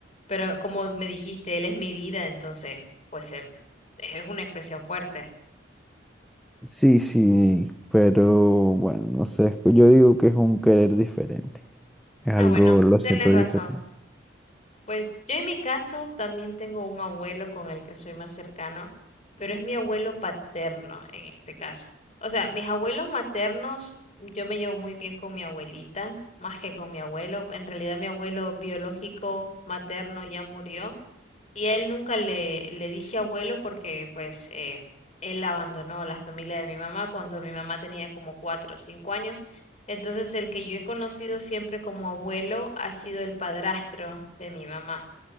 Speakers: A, on the left (about 35°); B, in the centre.
A: pero como me dijiste, él es mi vida, entonces, pues em, es una expresión fuerte.
B: Sí, sí, pero bueno, no sé, es que yo digo que es un querer diferente. Es algo,
A: Ah, bueno,
B: lo
A: tenés
B: siento
A: razón.
B: diferente.
A: Pues yo en mi caso también tengo un abuelo con el que soy más cercano, pero es mi abuelo paterno en este caso. O sea, mis abuelos maternos, yo me llevo muy bien con mi abuelita, más que con mi abuelo. En realidad mi abuelo biológico materno ya murió Y a él nunca le, le dije abuelo porque pues eh, él abandonó la familia de mi mamá cuando mi mamá tenía como cuatro o cinco años. Entonces el que yo he conocido siempre como abuelo ha sido el padrastro de mi mamá.